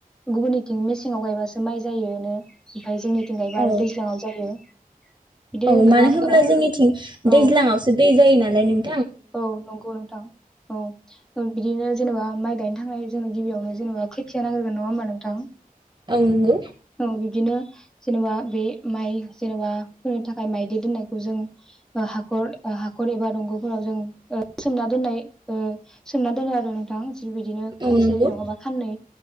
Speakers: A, in the centre; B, on the right.
A: गुबुननिथिं मेसेङाव गायबासो माइ जायोनो। ओमफ्राय जोंनिथिं गायबा
B: औ
A: आरो दैज्लाङाव जायो। बिदिनो
B: औ मानो
A: गोबां
B: होनब्ला
A: ओ
B: जोंनिथिं
A: औ
B: दैज्लाङावसो दै जायोना? लाय नों
A: औ नंगौ नोंथां औ बिदिनो जेनोबा माइ गायनो थांनाय जोंनो गिबियावनो जेनोबा खोथिया नांग्रोगोन नङा होमबा नोंथां?
B: औ नंगौ
A: औ बिब्दिनो जेनोबा बे माइ जेनोबा फोनो थाखाय माइदि दोननायखौ जों हाखर हाखर एबा दंग'फोराव जों ओ सोमना दोननाय ओ सोमना दोनो आरो नोंथां। थिग बिदिनो
B: औ
A: खानसे
B: नंगौ
A: नङाबा खाननै